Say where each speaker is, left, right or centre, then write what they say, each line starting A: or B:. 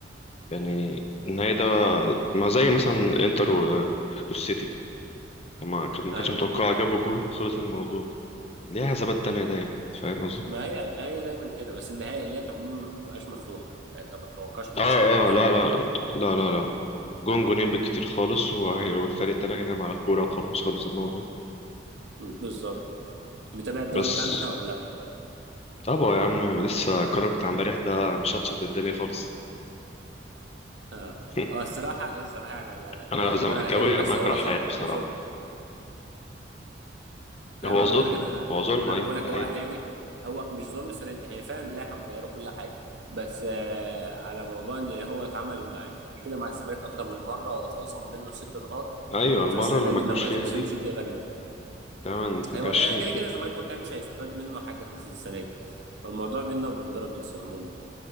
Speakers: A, on the left; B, on the right.
A: يعني النهائي ده ما زي مثلا انتر و- والسيتي لما كانت ما
B: ايوه
A: كانتش متوقعة جابوا جول وخلص الموضوع ليها حسابات تانية دايما فاهم قصدي؟
B: ما هي هي دايما كده بس النهائيات عموما ما بتبقاش مفتوحه يعني فانت ما تتوقعش الماتش
A: اه
B: هيبقى مفتوح
A: اه لا
B: قوي
A: لا لا لا لا جون جونين بالكتير خالص وهي- والفريق التاني هينام على الكورة وخلاص خلص الموضوع
B: بالظبط متابع الدوري
A: بس
B: بتاعنا احنا ولا لا
A: طبعا يا عم لسه القرار بتاع امبارح ده مشطشط الدنيا خالص
B: اه
A: <laughs>
B: آه، الصراحه الصراحه يعني على
A: انا
B: على
A: لو
B: قد
A: زملكاوي
B: ما انا اهلاوي بس
A: انا
B: هو
A: هكره حياتي
B: ظلم
A: بصراحة
B: ظلم لا
A: هو
B: ما
A: ظلم
B: بقول لك انا
A: هو ظلم
B: انا
A: ايوه
B: بقول لك
A: ده
B: هو
A: حقيقة
B: اهلاوي هو مش ظلم السنه دي هي فعلا اللائحه متغيره وكل حاجه بس آه على موضوع ان هو اتعمل مع- قبل كده مع الزمالك اكتر من مره واتخصم منه ست نقاط
A: ايوه المرة
B: فالسنه
A: اللي ما
B: دي ان
A: جوش
B: ما
A: فيها
B: يتخصمش
A: دي
B: دي غريبه
A: تمام
B: ايوه
A: عشرين
B: هي كده كده الزمالك ما كانش هيستفاد منه حاجه السنه دي الموضوع بيننا وبين بيراميدز عموما